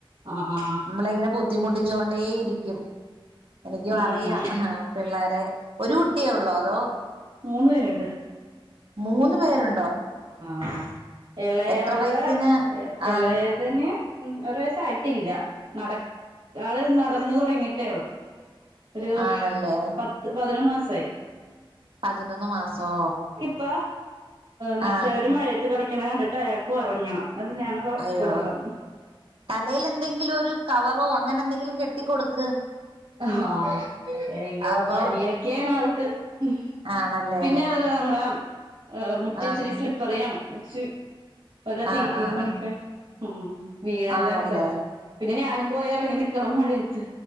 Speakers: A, on the right (about 65°); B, on the right (about 75°).
A: ആ ആ
B: നമ്മളെ ഇങ്ങനെ ബുദ്ധിമുട്ടിച്ചോണ്ടേ ഇരിക്കും എനിക്കും
A: ഉം
B: അറിയാം ആഹ് പിള്ളേരെ ഒരു കുട്ടിയേ ഒള്ളോ അതോ?
A: മൂന്ന് പേരുണ്ട്
B: മൂന്ന് പേരൊ
A: ആഹ് എളയവളുടെ
B: എത്ര വയസ്സിന്
A: ഏ
B: ആ
A: എളെ തിന് ഉം ഒരു വയസ്സായിട്ടില്ലാ നട ആള് നടന്ന് തൊടങ്ങിട്ടേള്ളു ഒരു
B: ആണല്ലേ
A: പത്ത് പതിനൊന്ന് മാസായി.
B: പതിനൊന്ന് മാസോ?
A: പ്പ മറ്റവര്
B: ആ
A: മഴയത്ത് കളിക്ക്ണ കണ്ടിട്ട് അയാക്കു എറങ്ങണം, അതിനാണ്
B: അയ്യോ
A: ബഹളം
B: തലൽ എന്തെങ്കിലും ഒരു കവറോ അങ്ങനെ എന്തെങ്കിലും കെട്ടികൊട്ക്ക്
A: ആഹ് അയ്യോ
B: അപ്പൊ
A: പനിയൊക്കെയാണ് അവക്ക് ഉം
B: ആണല്ലേ
A: പിന്നെ അതല്ല നമ്മുടെ മുറ്റച്ചിരി
B: ആഹ
A: സ്ലിപ്പറിയാണ്, ച് പല തീറ്റിയും
B: ആഹ് ആഹ്
A: കണിക്ക
B: ആഹ്
A: ഉം വീഴാൻ
B: ആണല്ലേ
A: ചാൻസ്ണ്ട്, പിന്നെ ഞാനും പോയി ഇറങ്ങി നിക്കണം മഴയത്ത്